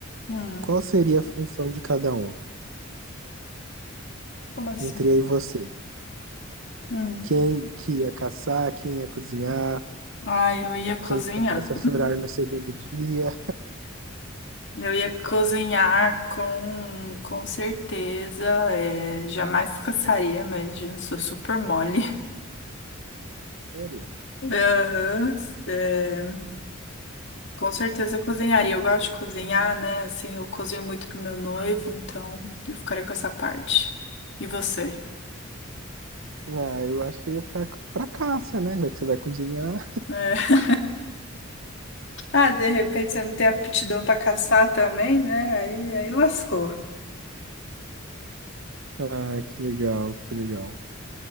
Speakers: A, on the left; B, on the right.
A: Hum,
B: qual seria a função de cada um,
A: como assim?
B: entre eu e você?
A: Hum.
B: Quem que ia caçar, quem ia cozinhar,
A: Ai, eu ia cozinhar.
B: quem começa a chorar no segundo dia?
A: Eu ia cozinhar com, com certeza. É, jamais caçaria, imagina, sou super mole.
B: Sério?
A: Aham, é, com certeza eu cozinharia. Eu gosto de cozinhar, né? Assim, eu cozinho muito pro meu noivo, então eu ficaria com essa parte. E você?
B: Ah, eu acho que eu ia ficar pra caça, né? Já que você vai cozinhar.
A: É. Ah, de repente você não tem aptidão para caçar também, né? Aí, aí lascou.
B: Ah, que legal, que legal.